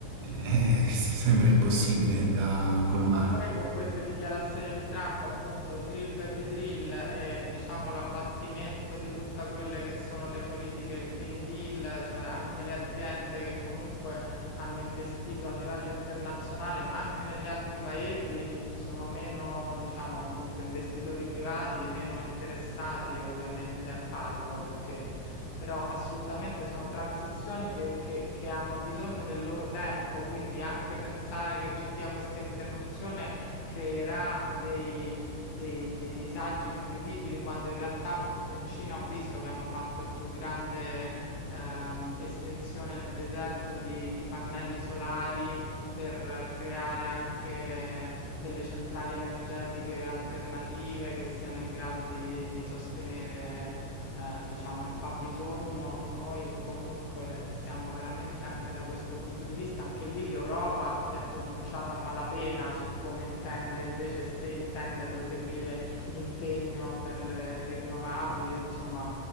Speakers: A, on the left; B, on the right.
A: sì.
B: eh, <laughs> sembra impossibile da
A: No,
B: colmare.
A: ma poi con queste dichiarazioni di Trump, appunto, drill baby drill e diciamo l'abbattimento di tutte quelle che sono le politiche, il Green Deal, cioè anche le aziende che comunque hanno investito a livello internazionale, ma anche negli altri paesi sono meno, diciamo, appunto, investitori privati, meno interessati ovviamente a farlo perché però assolutamente sono transizioni che, che- che hanno bisogno del loro tempo, quindi anche pensare che ci sia questa interruzione creerà dei, dei- dei disagi incredibili, quando in realtà appunto in Cina ho visto che hanno fatto il più grande ehm, estensione nel deserto di, di pannelli solari per eh, creare anche delle centrali energetiche alternative che siano in grado di, di sostenere eh, diciamo, il fabbisogno, noi comunque eh, siamo veramente anche da questo punto di vista, anche lì l'Europa si è pronunciata a malapena su come intende invece, se intende proseguire l'impegno per le rinnovabili, insomma,